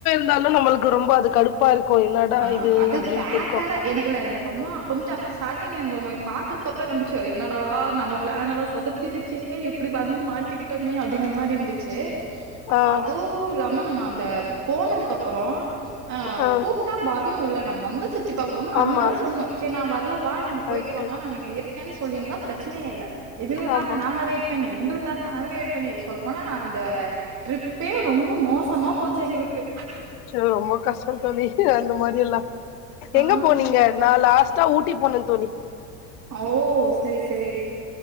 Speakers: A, on the left; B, on the right.
A: இருந்தாலு நம்முளுக்கு ரொம்ப அது கடுப்பா இருக்கு என்னடா
B: ஆ
A: இது
B: அது
A: அப்டின்ட்டு
B: பேர்
A: இருக்கு
B: பேரா எனக்கு இல்ல எனக்கு இன்னு கொஞ்சோ ஸ்டார்டிங் எனக்கு ஒன்னு பாத்ததுக் அப்றோ ச்ச என்னடா நம்ம பிளான் எல்லா சொதப்பிரு ச்சே இப்டி வந்து மாட்டிக்கிட்டமே அப்டிங்கிற மாரி இருந்துச்சு
A: ஆ
B: அதுவு இல்லாம நம்ம அந்த போனதுக்கு அப்றோ அ
A: ஆ
B: கூப் டா வர்ணுல நம் வந்தோ சுத்தி பாக்கணு ஒன்னு அவங்லாது
A: ஆமா
B: சொல்னு சேரி நா வர்லப்பா நீங்க
A: கரெக்ட்டு
B: போயிட்டு வாங்க நாங்க இங்க இருக் கேன் சொல்லிருந்தா பிரச்சனையே இல்ல இவிங்களுக்காக
A: ஆமா
B: நாங்க வெயிட் பண்ணி எங்குளுக் க்காக அவிங்க வெயிட் பண்ணி சொல்ல போனா அந்த ட்ரிப்பே ரொம்ப மோசமா போச்சு எங்குளுக்கு
A: சோ ரொம்ப கஷ்டந் தோழி அந்த மாரியெல்லா
B: ஆ
A: எங்கப் போனீங்க நா லாஸ்ட் டா ஊட்டி போனந் தோழி
B: ஓ சரி சரி